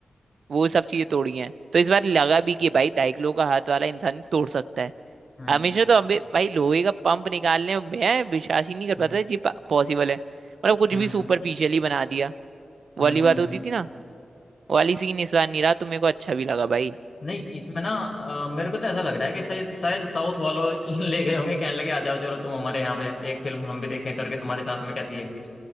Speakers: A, on the right (about 75°); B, on the left (about 50°).
A: वो सब चीजें तोड़ी हैं तो इस बार लगा भी कि भाई ढाई किलो का हाथ वाला इंसान भी तोड़ सकता है
B: हम्म हम्म
A: हमेशा तो हमें भाई लोहे का पंप निकालने में मैं विश्वास ही नहीं कर
B: हम्म
A: पाता ये पॉसिबल है मतलब कुछ
B: हम्म
A: भी सुपरफिशियल ही बना दिया वो
B: हम्म
A: वाली
B: हम्म,
A: बात होती
B: हम्म,
A: थी ना वो वाली सीन इस बार नहीं रहा तो मेरे को अच्छा भी लगा भाई
B: नहीं इसमें ना अ, मेरे को तो ऐसा लग रहा है कि शायद शायद साउथ वालों <laughs> ले गए होंगे कहने लगे आ जाओ चलो तुम हमारे यहाँ पे एक फिल्म हम भी देखें करके तुम्हारे साथ में कैसी है